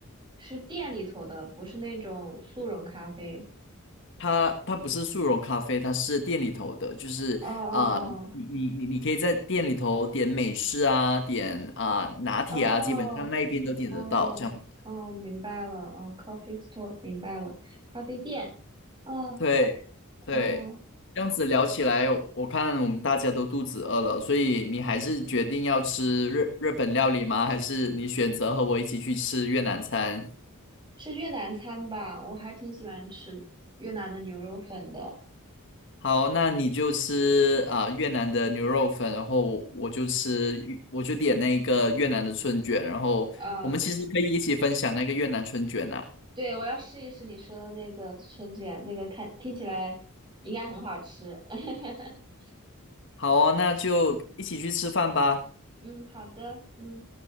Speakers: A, on the right; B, on the left.
A: 是店里头的，不是那种速溶咖啡。
B: 它它不是速溶咖啡，它是店里头的，就是啊、
A: 哦哦
B: 呃你你你你可以在店里头点美式啊，
A: 哦
B: 点啊、拿铁啊，
A: 哦，
B: 基本上那一边都点得到，
A: 嗯，
B: 这样子。
A: 哦，明白了，嗯，coffee store，明白了，咖啡店，哦，
B: 对对，
A: 嗯，
B: 这样子聊起来，我看我们大家都肚子饿了，所以你还是决定要吃日日本料理吗？还是你选择和我一起去吃越南餐？
A: 是越南餐吧？我还挺喜欢吃越南的牛肉粉的，
B: 好，那你就吃啊、越南的牛肉粉，然后我我就吃，我就点那个越南的春卷，然后我们其实可以一起分享那个越南春卷啊。
A: 啊，对，我要试一试你说的那个春卷，那个看听起来应该很好吃，<laughs>
B: 好哦，那就一起去吃饭吧。
A: 嗯，好的，嗯。